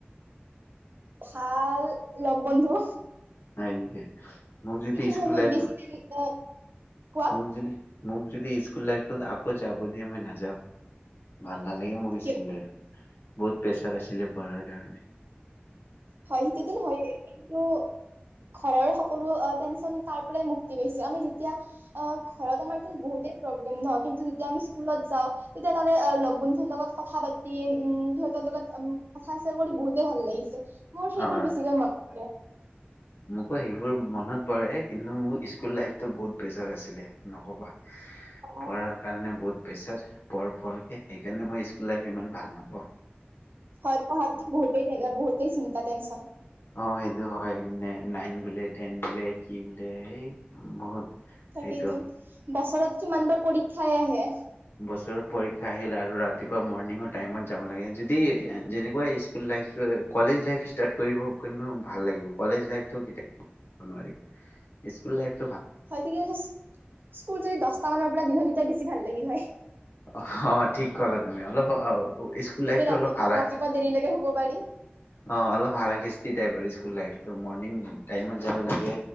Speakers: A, on the right; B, on the left.
A: ভাল লগ বন্ধু।
B: হয় নেকি? মোক যদি
A: সেই খিনি
B: স্কুল
A: সময়ত
B: লাইফ
A: বেছি দিন অ কোৱা?
B: মোক যদি মোক যদি স্কুল লাইফত আকৌ যাব দিয়ে মই নাযাওঁ। ভাল- নালাগে মোক
A: কিয়
B: স্কুল লাইফ। বহুত প্ৰেছাৰ আছিলে পঢ়াৰ কাৰণে।
A: হয়, সেইটো টো হয়েই। কিন্তু ঘৰৰ সকলো অ টেনচন পাই পেলাই মুক্তি পাইছে। আমি যেতিয়া অ ঘৰত আমাৰ টো বহুতেই প্ৰব্লেম ন, কিন্তু যেতিয়া আমি স্কুলত যাওঁ তেতিয়া তাৰে লগ বন্ধুৰ লগত কথা পাতি। উম সিহঁতৰ লগত কথা চেয়াৰ কৰি বহুতে ভাল লাগিছিল। মোৰ সেইবোৰ
B: অ
A: বেছিকে মন। পৰে। <unintelligible>
B: মোকো সেইবোৰ মনত পৰে কিন্তু মোৰ স্কুল লাইফটো বহুত বেজাৰ আছিলে। নক'বা,
A: অ
B: পঢ়াৰ কাৰণে বহুত পেছাত পঢ় পঢ়কে, সেইকাৰণে মই স্কুল লাইফ ইমান ভাল নাপাওঁ।
A: হয় পাহাৰাটো বহুতেই জেগা বহুতেই চিন- এটেনশন
B: অ সেইটো হয়। নে নাইন বোলে, টেন বোলে, কি বোলে এই বহুত
A: তাকেই
B: সেইটো
A: তো, বছৰত কিমানবাৰ পৰীক্ষা খাই আহে।
B: বছৰত পৰীক্ষা আহিল আৰু আৰু ৰাতিপুৱা মৰ্ণিঙৰ টাইমত যাব লাগে, যদি যেনেকুৱাই school life college life start কৰিব কিনো ভাল লাগিব। কলেজ লাইফটো কেতিয়াও নোৱাৰিম। স্কুল -
A: হয়ত কি স্কুল যদি দছটা মানৰ পৰা দিলে সেতি, তেতিয়া - ভাল লাগিল হয়।
B: অ ঠিক ক'লা তুমি। অলপ স্কুল
A: তেতিয়া
B: লাইফটো
A: ৰাতি,
B: অলপ হাৰা
A: ৰাতিপুৱা দেৰিলৈকে শুব পাৰি।
B: অ অলপ হাৰাসিচ্তি টাইপৰ স্কুল লাইফটো, মৰনিং টাইমত যাব লাগে,